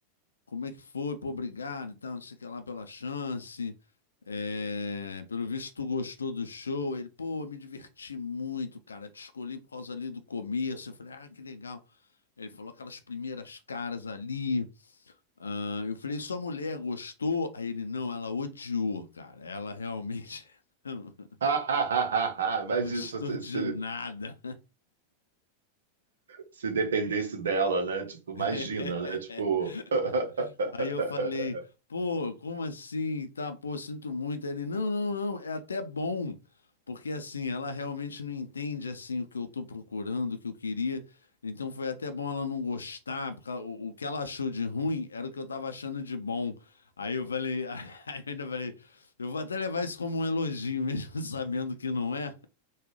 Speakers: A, on the left (about 70°); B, on the right (about 65°).
A: como é que foi? Pô, obrigado, e tal, não sei o que lá pela chance. É, pelo visto, tu gostou do show. Ele, pô, eu me diverti muito, cara. Te escolhi por causa ali do começo. Eu falei, ah, que legal. Ele falou aquelas primeiras caras ali. Ah, eu falei, sua mulher gostou? Aí ele, não, ela odiou, cara. Ela realmente. <laughs>
B: <laughs> Imagina
A: Gostou
B: se, você-
A: de
B: se,
A: nada.
B: se dependesse dela, né? Tipo, imagina,
A: <laughs>
B: né? Tipo, <laughs>
A: Aí eu falei, pô, como assim? Tá, pô, sinto muito. Aí ele, não, não, não, é até bom. Porque assim, ela realmente não entende assim o que eu tô procurando, o que eu queria. Então foi até bom ela não gostar, porque ela- o, o que ela achou de ruim era o que eu tava achando de bom. Aí eu falei, <laughs> aí eu ainda falei, eu vou até levar isso como um elogio, mesmo <laughs> sabendo que não é.